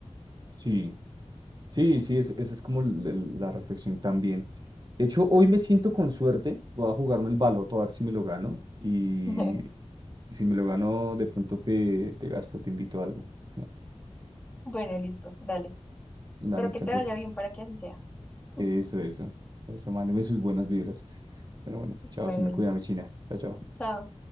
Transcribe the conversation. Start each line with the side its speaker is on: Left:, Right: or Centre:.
Right: Sí, sí, sí, es- esa es como l- l- la reflexión también. De hecho, hoy me siento con suerte, voy a jugarme el baloto a ver si me lo gano y,
Left: <laughs>
Right: y si me lo gano, de pronto te, te gasto, te invito a algo. <laughs>
Left: Bueno, listo, dale.
Right: Dale,
Left: Pero
Right: entonces.
Left: que te vaya bien para que así sea. <laughs>
Right: Eso, eso. Eso, mándeme sus buenas vibras. Pero bueno, chao,
Left: Bueno,
Right: se me
Left: listo.
Right: cuida mi China. Chao, chao.
Left: Chao.